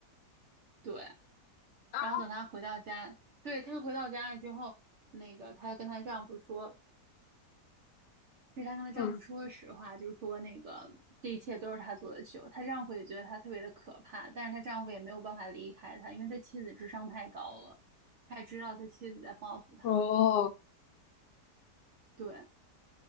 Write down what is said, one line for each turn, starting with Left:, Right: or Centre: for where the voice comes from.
Right: 对，
Left: 啊
Right: 然后等他回到家，对，她回到家了之后，那个她跟她丈夫说，其实她跟她丈夫说实话，
Left: 嗯
Right: 就是说那个这一切都是她做的秀。她丈夫也觉得她特别的可怕，但是她丈夫也没有办法离开她，因为他妻子智商太高了，他也知道他妻子在报复他。
Left: 哦
Right: 对